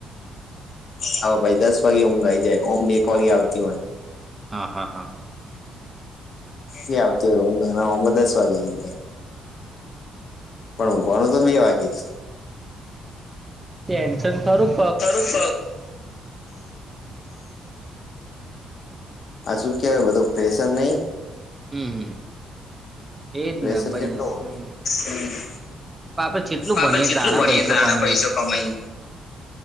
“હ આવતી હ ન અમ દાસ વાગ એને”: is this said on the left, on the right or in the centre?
Left